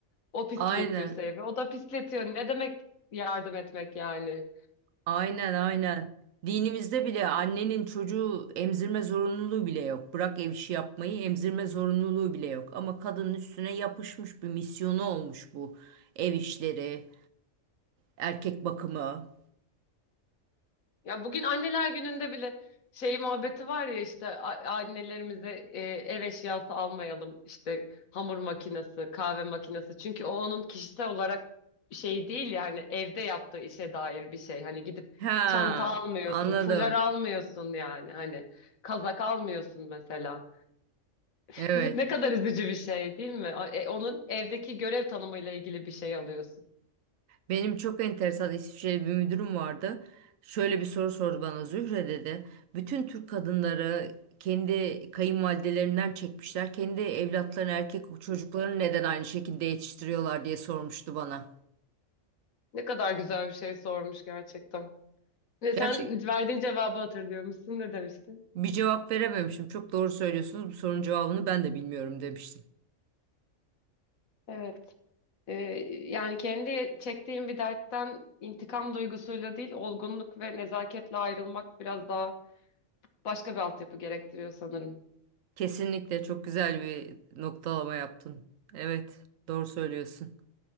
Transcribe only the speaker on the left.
O pisletiyorsa
evi, o da pisletiyor. Ne demek yardım etmek yani?
Ya bugün anneler gününde bile şey muhabbeti var ya işte a- annelerimize e, ev eşyası almayalım. İşte hamur makinesi, kahve makinesi. Çünkü o onun kişisel olarak şey değil yani evde yaptığı işe dair bir şey. Hani gidip
çanta almıyorsun,
fular almıyorsun yani hani kazak almıyorsun mesela.
<laughs> Ne kadar üzücü bir şey değil mi? O- e, onun evdeki görev tanımıyla ilgili bir şey alıyorsun.
Ne kadar güzel bir şey sormuş gerçekten. Ve
sen verdiğin cevabı hatırlıyor musun? Ne demiştin?
Evet. Ee, yani kendi çektiğim bir dertten intikam duygusuyla değil, olgunluk ve nezaketle ayrılmak biraz daha başka bir altyapı gerektiriyor sanırım.